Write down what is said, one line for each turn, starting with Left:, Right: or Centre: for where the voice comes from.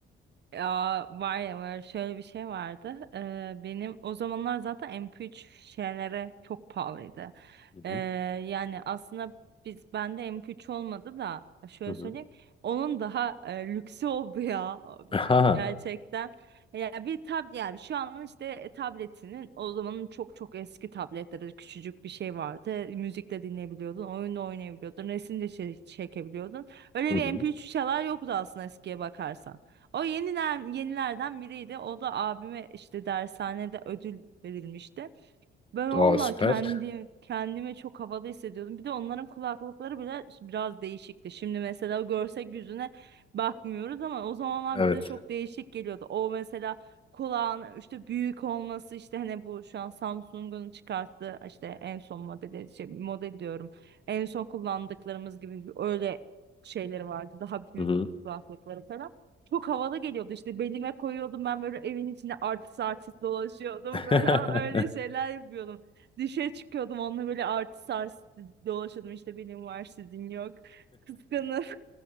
Right: Ya var ya böyle şöyle bir şey vardı. Ee, benim o zamanlar zaten MP3 şeylere çok pahalıydı.
Left: Hı hı.
Right: Ee, yani aslında biz bende MP3 olmadı da şöyle
Left: Hı hı.
Right: söyleyeyim. Onun daha e, lüksü oldu ya
Left: Ha.
Right: gerçekten. Ya bir tab yani şu an işte e, tabletinin o zamanın çok çok eski tabletleri küçücük bir şey vardı. Müzik de dinleyebiliyordun, oyun da oynayabiliyordun, resim de çe- çekebiliyordun. Öyle
Left: Hı hı.
Right: bir MP3 çalar yoktu aslında eskiye bakarsan. O yeniler, yenilerden biriydi. O da abime işte dershanede ödül verilmişti. Ben onunla
Left: Aa süper.
Right: kendi kendime çok havalı hissediyordum. Bir de onların kulaklıkları bile biraz değişikti. Şimdi mesela görsek yüzüne bakmıyoruz ama o zamanlar
Left: Evet.
Right: bize çok değişik geliyordu. O mesela kulağın işte büyük olması işte hani bu şu an Samsung'un çıkarttığı işte en son modeli şey, model diyorum. En son kullandıklarımız gibi öyle şeyleri vardı. Daha büyük
Left: Hı hı.
Right: kulaklıkları falan. Çok havalı geliyordu işte belime koyuyordum ben böyle evin içinde artist artist dolaşıyordum
Left: <laughs>
Right: falan <laughs> öyle şeyler yapıyordum. Dışarı çıkıyordum onunla böyle artist artist dolaşıyordum işte benim var sizin yok. Kıskanır.